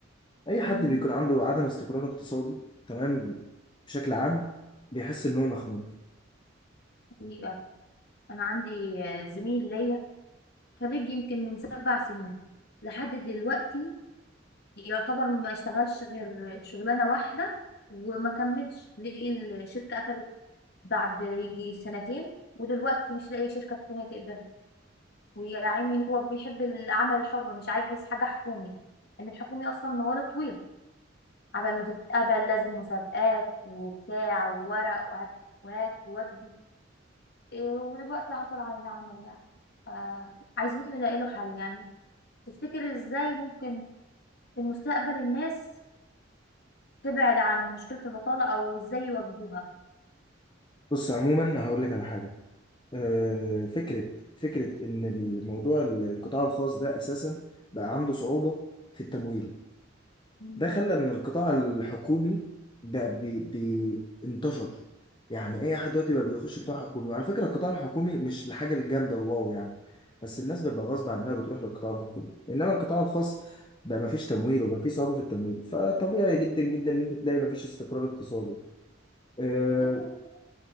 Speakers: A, on the left; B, on the left.
A: اي حد
B: مم.
A: بيكون عنده عدم استقرار اقتصادي تمام بشكل عام بيحس ان هو مخنوق
B: حقيقة أنا عندي آه، زميل ليا خريج يمكن من سبع سنين لحد دلوقتي يعتبر ما اشتغلش غير شغلانة واحدة وما كملش لقي الشركة قفلت بعد يجي سنتين ودلوقتي مش لاقي شركة تانية تقدر ويا عيني هو بيحب العمل الحر مش عايز حاجة حكومي إن الحكومي أصلا موال طويل قبل ما تتقبل لازم مسابقات وبتاع وورق وهات وهات وودي إيه ودلوقتي عطل عن العمل يعني آه عايزين نلاقي له حل يعني تفتكر ازاي ممكن في المستقبل الناس تبعد عن مشكلة البطالة او ازاي يواجهوها
A: بص عموما هقول لك على حاجه آه، فكره فكره ان الموضوع ال- القطاع الخاص ده اساسا بقى عنده صعوبه في التمويل
B: مم.
A: ده خلى ان القطاع الحكومي بقى بي بي انتشر يعني اي حد دلوقتي بقى بيخش قطاع حكومي وعلى فكره القطاع الحكومي مش الحاجه الجامده الواو يعني بس الناس بتبقى غصب عنها بتروح للقطاع الحكومي انما القطاع الخاص بقى ما فيش تمويل وبقى في صعوبه في التمويل فطبيعي جدا جدا ان انت تلاقي ما فيش استقرار اقتصادي آه،
B: يعني